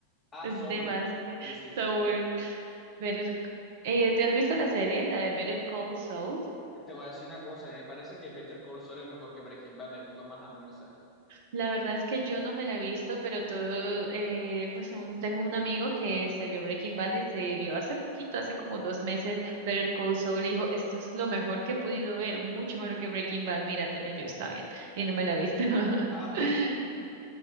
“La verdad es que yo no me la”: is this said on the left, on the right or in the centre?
Right